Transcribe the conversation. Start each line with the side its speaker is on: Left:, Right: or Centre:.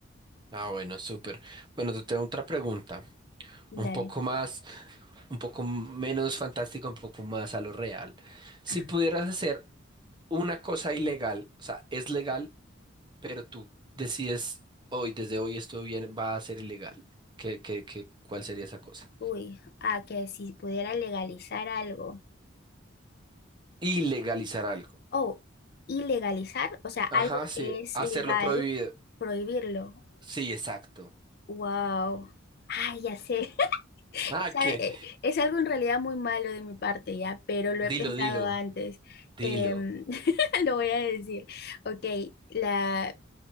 Right: Ah, bueno, súper. Bueno, te tengo otra pregunta.
Left: Dale.
Right: Un poco más, un poco menos fantástica, un poco más a lo real. Si
Left: Ah,
Right: pudieras hacer una cosa ilegal, o sea, es legal, pero tú decides hoy, desde hoy esto bien va a ser ilegal. ¿Qué, qué, qué, cuál sería esa cosa?
Left: uy, ah, que si pudiera legalizar algo.
Right: Ilegalizar algo.
Left: Oh, ilegalizar, o sea, algo
Right: Ajá, sí.
Left: que es
Right: Hacerlo
Left: legal,
Right: prohibido.
Left: prohibirlo.
Right: Sí, exacto.
Left: Wow. Ay, ya sé. <laughs>
Right: Ah,
Left: Es,
Right: que.
Left: a- eh, es algo en realidad muy malo de mi parte, ya, pero lo he
Right: Dilo,
Left: pensado
Right: dilo,
Left: antes. Em,
Right: dilo.
Left: <laughs> lo voy a decir. Ok, la,